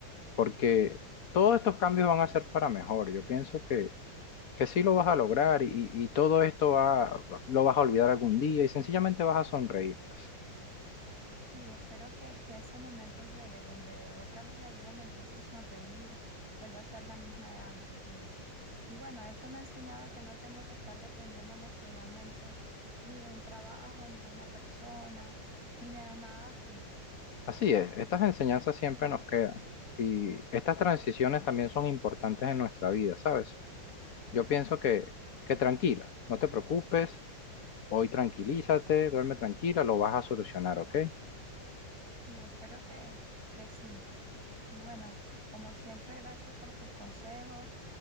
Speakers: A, on the left (about 50°); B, on the right (about 50°).
A: porque
B: Es-
A: todos estos cambios van a ser para mejor. Yo pienso que sí lo vas a lograr y, y todo esto va, va- lo vas a olvidar algún día y sencillamente vas a sonreír, pues.
B: Sí, espero que, que ese momento llegue donde otra vez la vida me empiece a sonreír, vuelva a ser la misma de antes. Y, y bueno, esto me enseñaba que no tengo que estar dependiendo emocionalmente ni de un trabajo, ni de una persona, ni de nada así.
A: Así es, estas enseñanzas siempre nos quedan y estas transiciones también son importantes en nuestra vida, ¿sabes? Yo pienso que,
B: Sí,
A: que tranquila, no te preocupes, hoy tranquilízate, duerme tranquila, lo vas a solucionar, ¿ok?
B: Sí, espero que, que sí. Y bueno, como siempre, gracias por tus consejos,